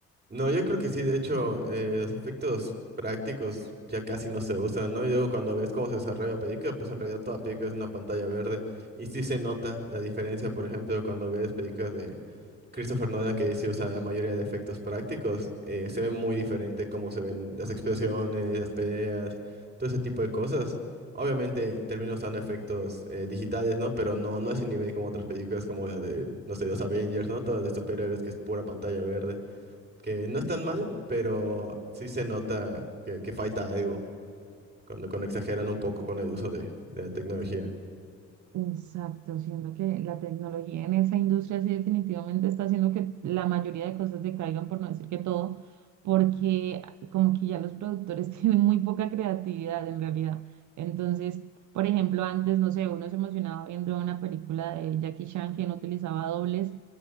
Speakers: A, on the right; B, on the right.
A: No, yo creo que sí, de hecho, eh, los efectos prácticos ya casi no se usan, ¿no? Y luego cuando ves cómo se desarrolla la película, pues en realidad toda película es una pantalla verde. Y sí se nota la diferencia, por ejemplo, cuando ves películas de Christopher Nolan, que sí usa la mayoría de efectos prácticos, eh, se ve muy diferente cómo se ven las explosiones, las peleas, todo ese tipo de cosas. Obviamente termina usando efectos eh, digitales, ¿no? Pero no, no es el nivel como otras películas como la de, no sé, los Avengers, ¿no? Todas de superhéroes que es pura pantalla verde que no están mal, pero sí se nota que, que falta algo cuando, cuando exageran un poco con el uso de, de la tecnología.
B: Exacto, siento que la tecnología en esa industria sí definitivamente está haciendo que la mayoría de cosas decaigan, por no decir que todo, porque como que ya los productores <laughs> tienen muy poca creatividad en realidad. Entonces, por ejemplo, antes, no sé, uno se emocionaba viendo una película de Jackie Chan que no utilizaba dobles,